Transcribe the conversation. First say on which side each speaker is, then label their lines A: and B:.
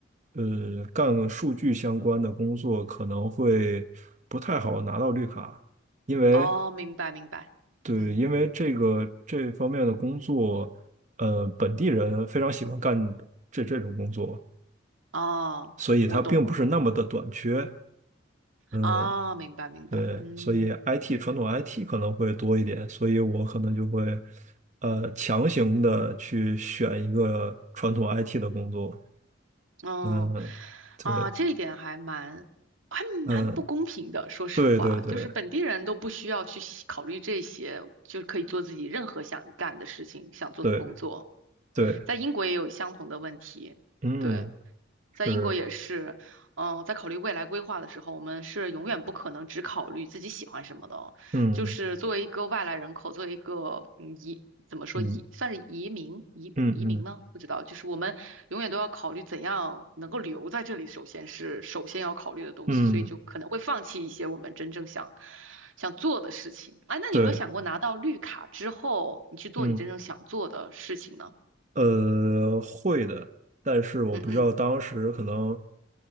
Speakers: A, on the right (about 35°); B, on the right (about 80°).
A: 呃干数据相关的工作，可能会不太好拿到绿卡，因为
B: 哦，明白明白，
A: 对，
B: 嗯
A: 因为这个这方面的工作，呃，本地人非常喜欢干这这种工作，
B: 哦，
A: 所以它并不是那么的短缺，
B: 我懂我懂
A: 嗯。
B: 啊，明白明白，
A: 对，
B: 嗯。
A: 所以 IT 传统 IT 可能会多一点，所以我可能就会，呃，强行的去选一个传统 IT 的工作。
B: 哦，
A: 嗯，对，
B: 啊，这一点还蛮还蛮不公平的。
A: 嗯，
B: 说实话，
A: 对对对
B: 就是本地人都不需要去细考虑这些，就可以做自己任何想干的事情、想做的工作。
A: 对对，
B: 在英国也有相同的问题，
A: 嗯，
B: 对。
A: 是，
B: 在英国也是，嗯、在考虑未来规划的时候，我们是永远不可能只考虑自己喜欢什么的哦。
A: 嗯
B: 就是作为一个外来人口，作为一个嗯移，怎么说移，
A: 嗯
B: 算是移民移移民呢？
A: 嗯嗯
B: 不知道，就是我们永远都要考虑怎样能够留在这里，首先是首先要考虑的东西，
A: 嗯，
B: 所以就可能会放弃一些我们真正想想做的事情。哎，那你有没有想过拿到绿卡之后，
A: 对，
B: 你去做你真正想做的事情呢？
A: 嗯。呃，会的，但是我不知道当时可能，
B: 嗯嗯